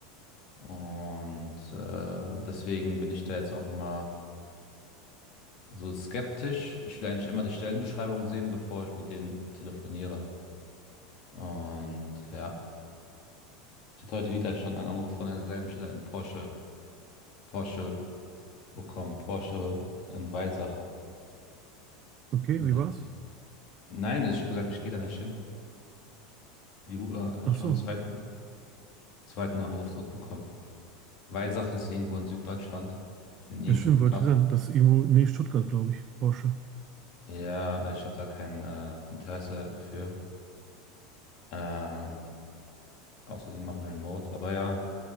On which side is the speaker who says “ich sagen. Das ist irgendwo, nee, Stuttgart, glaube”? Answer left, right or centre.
Right